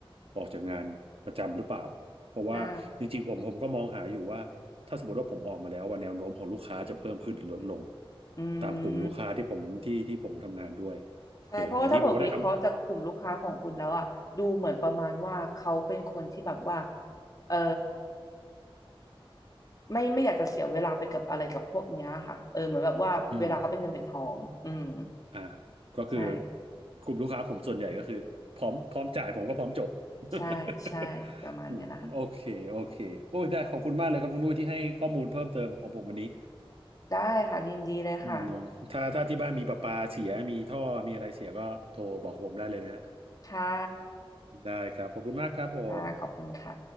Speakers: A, on the right; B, on the left.
A: ออกจากงานประจำหรือเปล่าเพราะว่าจริงๆผมผมก็มองหาอยู่ว่าถ้าสมมติว่าผมออกมาแล้วว่าแนวโน้มของลูกค้าจะเพิ่มขึ้นหรือลดลง
B: อ่าอื
A: ตามกลุ่มลูกค้าที่ผมที่ที่ผมทำงานด้วยโอเคอย่างนี้ผมก็ได้คำ
B: มใช่เพราะว่าถ้าบอกวิเคราะห์จากกลุ่มลูกค้าของคุณแล้วอะดูเหมือนประมาณว่าเขาเป็นคนที่แบบว่าเออไม่ไม่อยากจะเสียเวลาไปกับอะไรกับพวกเนี้ยค่ะเออเหมือนแบบว่าเวลาเขาเป็นเงินเป็นทองอืม
A: อืม อ่าก็คือ
B: ใช่
A: กลุ่มลูกค้าผมส่วนใหญ่ก็คือพร้อมพร้อมจ่ายผมก็พร้อมจบ
B: ใช่ใช่ประมาณเนี้ยนะคะ
A: <laughs> อืมโอเคโอเคโอ้ยได้ขอบคุณมากเลยครับคุณนุ้ยที่ให้ข้อมูลเพิ่มเติมของผมวันนี้
B: ได้ค่ะยินดีเลยค่ะ
A: อืมถ้าถ้าที่บ้านมีประปาเสียมีท่อมีอะไรเสียก็โทรบอกผมได้เลยนะฮะ
B: ค่ะ
A: ได้ครับขอบคุณมากครับผม
B: ค่ะขอบคุณค่ะ